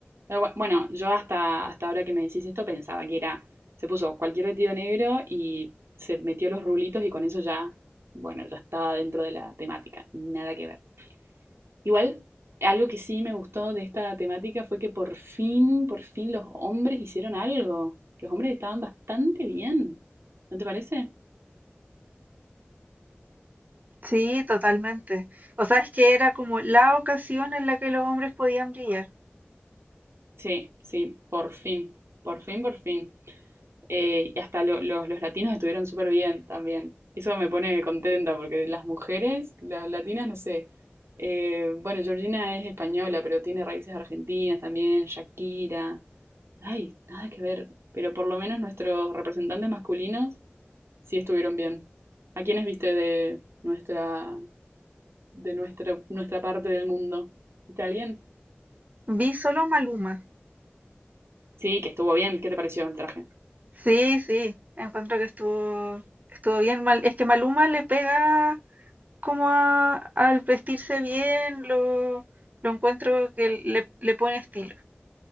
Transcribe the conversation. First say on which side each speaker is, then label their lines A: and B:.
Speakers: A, on the right; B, on the right.
A: Pero bu- Bueno, yo hasta, hasta ahora que me decís esto pensaba que era, se puso cualquier vestido negro y se metió los rulitos y con eso ya, bueno, ya estaba dentro de la temática, nada que ver. Igual, algo que sí me gustó de esta temática fue que por fin, por fin los hombres hicieron algo. Los hombres estaban bastante bien, ¿no te parece?
B: Sí, totalmente. O sea, es que era como la ocasión en la que los hombres podían brillar.
A: Sí, sí, por fin, por fin, por fin. Eh, y hasta lo- los, los latinos estuvieron súper bien también. Eso me pone contenta porque las mujeres, las latinas, no sé. Eh, bueno, Georgina es española, pero tiene raíces argentinas también, Shakira. Ay, nada que ver. Pero por lo menos nuestros representantes masculinos sí estuvieron bien. ¿A quiénes viste de nuestra, de nuestra, nuestra parte del mundo? ¿Viste a alguien?
B: Vi solo a Maluma.
A: Sí, que estuvo bien. ¿Qué te pareció el traje?
B: Sí, sí, encuentro que estuvo, estuvo bien mal. Es que Maluma le pega como a- al vestirse bien, lo, lo encuentro que le, le pone estilo.